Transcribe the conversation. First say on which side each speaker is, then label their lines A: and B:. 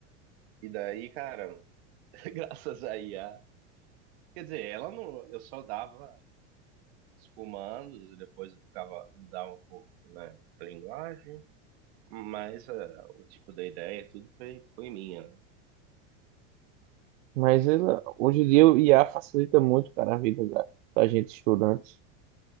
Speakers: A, on the right (about 60°); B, on the right (about 90°).
A: e daí, cara, <laughs> graças a IA. Quer dizer, ela não. Eu só dava os comandos e depois eu ficava, mudava um pouco, né, a linguagem. Mas é, o tipo da ideia, tudo foi, foi minha. né?
B: Mas ela, hoje em dia o IA facilita muito, cara, a vida da, da gente estudante.